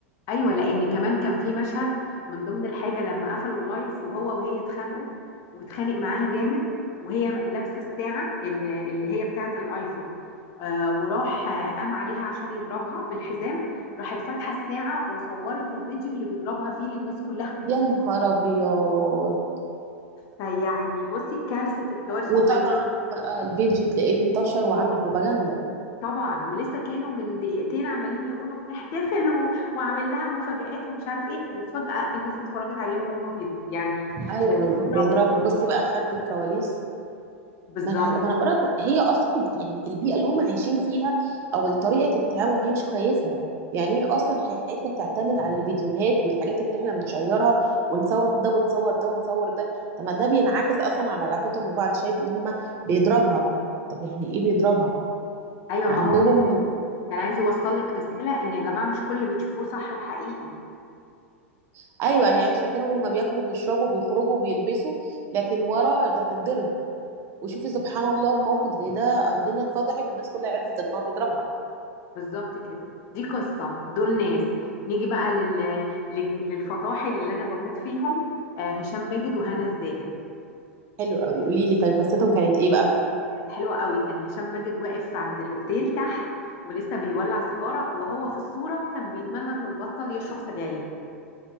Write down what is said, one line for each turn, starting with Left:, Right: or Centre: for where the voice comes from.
Left: ايوه لان كمان كان في مشهد من ضمن الحاجه لما قفلوا اللايف وهو وهي اتخانقوا واتخانق معاها جامد وهي لابسه الساعه اللي اللي هي بتاعه الايفون آه وراح آه، قام عليها عشان يضربها بالحزام راحت فاتحه الساعه وصورت الفيديو اللي بيضربها فيه للناس كلها
Right: يا نهار ابيض
Left: فيعني بصي كارثه الكوارث
Right: وطبعا
Left: هم لسه
Right: بقى الفيديو تلاقيه انتشر وعامل بروباجندا
Left: طبعا ولسه كانوا من دقيقتين عمالين يقولوا بنحتفل و... وعامل لها مفاجآت ومش عارف ايه وفجأة الناس اتفرجت عليهم وهم بيض... يعني
Right: ايوه
Left: بيضربوا
Right: بيضربها بصي بقى خلف الكواليس
Left: بالظبط
Right: ما انا ما انا بقولك هي اصلا يعني البيئه اللي هم عايشين فيها او طريقه التعامل هي مش كويسه يعني ايه اصلا حياتنا تعتمد على الفيديوهات والحاجات اللي احنا بنشيرها ونصور ده ونصور ده ونصور ده طب ما ده بينعكس اصلا على علاقتهم ببعض شايفه ان هم بيضربها طب يعني ايه بيضربها
Left: ايوه
Right: عندهم
Left: ما هو كان كان عايز يوصل لك رساله ان يا جماعه مش كل اللي بتشوفوه صح وحقيقي
Right: <laughs> ايوه يعني شايفينهم هم بياكلوا بيشربوا بيخرجوا بيلبسوا لكن ورا ده بتتضرب وشوفي سبحان الله في موقف زي ده الدنيا اتفضحت والناس كلها عرفت ان هو بيضربها
Left: بالظبط كده دي قصه دول ناس نيجي بقى لل... لل- للفطاحل اللي انا بموت فيهم آه هشام ماجد وهنا الزاهد
Right: حلو قوي قولي لي طيب قصتهم كانت ايه بقى
Left: كانت حلوه قوي كان هشام ماجد واقف عند الاوتيل تحت ولسه بيولع سيجاره وهو في الصوره كان بيتمنى انه يبطل يشرب سجاير